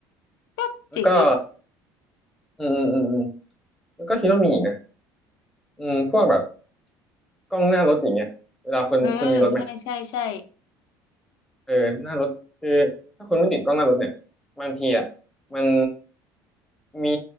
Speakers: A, on the left; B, in the centre.
A: ก็เจ๋งดี
B: แล้วก็อืมอืมอืมแล้วก็คิดว่ามีอีกนะอืมพวกแบบกล้องหน้ารถอย่างเงี้ยเวลาคนคุณมีรถไหม
A: เออใช่ใช่ใช่
B: เออหน้ารถคือถ้าคุณไม่ติดกล้องหน้ารถเนี่ยบางทีอ่ะมันมี